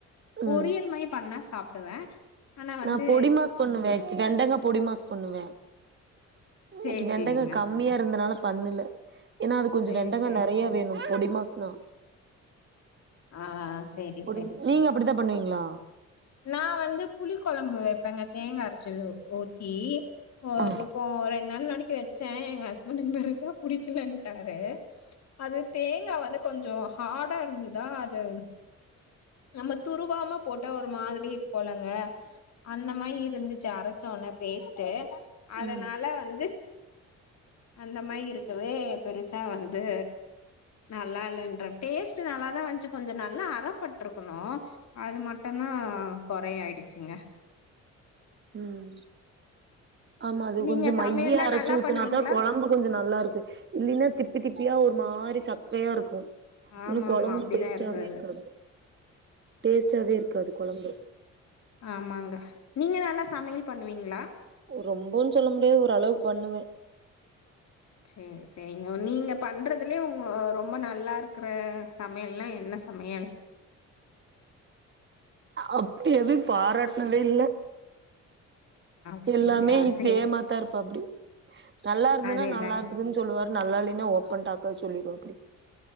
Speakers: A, on the left; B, on the right.
A: பொரியல்
B: ம்
A: மாரி பண்ணா சாப்டுவே ஆனா வந்து
B: நா பொடி மாஸ் பண்ணுவ வெண்டக்கா பொடி மாஸ் பண்ணுவே இன்னைக்கு
A: சேரி
B: வெண்டக்கா
A: சேரிங்க
B: கம்மி இருந்ததுனால பண்ணல ஏன்னா அது கொஞ்சோ
A: சேரி
B: வெண்டக்கா
A: சேரிங்
B: நறைய வேணோ பொடி மாஸ்னா
A: ஆ சேரி
B: பொடி
A: சேரி
B: நீங்க அப்படித்தா பண்ணுவீங்களா
A: நா வந்து புளி கொலம்பு வைப்பேங்க தேங்கா அரைச்சி ஊத்தி ஓ
B: ஆ
A: இப்ப போ ரெண்டு நாள் முன்னாடிக் வச்ச எங்க ஹஸ்பண்ட் பெருசா புடிக்கலன்ட்டாரு அது தேங்கா வந்து கொஞ்சோ ஹாடா இருந்துதா அது நம்ம துருவாமா போட்டா ஒரு மாரி இருக்கோலங்க அந்த மாரி இருந்துச்சி அரைச்ச உன்ன பேஸ்ட்டு அதனால
B: ம்
A: வந்து அந்த மாரி இருக்கவே பெருசா வந்து நல்லா இல்லன்ற டேஸ்ட்டு நல்லாதா வஞ்சி கொஞ்சோ நல்லா அறப்பட்டருக்கணோ அது மட்டோ தா கொறைய ஆயிடுச்சுங்க
B: உம் ஆமா அது
A: நீங்க
B: கொஞ்சோ மைய
A: சமையல்லா
B: அரைச்சி
A: நல்லா
B: ஊத்தனா
A: பண்ணுவீங்களா
B: தா கொலம்பு கொஞ்சோ நல்லா இருக்கோ இல்லன்னா திப்பி திப்பியா ஒரு மாரி சக்கையா இருக்கோ
A: ஆமா
B: இன்னோ கொலம்பு
A: ஆமா அப்டிதா
B: டேஸ்ட்டாவே
A: இருந்தது
B: இருக்காது டேஸ்ட்டாவே இருக்காது கொலம்பு
A: ஆமாங்க நீங்க நல்லா சமையல் பண்ணுவீங்களா
B: ரொம்போ சொல்ல முடியாது ஒரு அளவுக்கு பண்ணுவே
A: செரி செரிங்க நீங்க பண்றதுலயே உங்க ரொம்ப நல்லா இருக்கற சமையல்னா என்ன சமையல்
B: அப்டி எது பாராட்னதே இல்ல
A: அப்டிங்களா
B: எல்லாமே
A: சேரி
B: சேமாதா இருப்பா அப்டி நல்லா இருந்தூன்னா
A: அதேதாங்க
B: நல்லா இரு துன்னு சொல்லுவாரு நல்ல இல்லை இன்னா ஓப்பன் டாக்கான்னு சொல்லிடு வாப்படி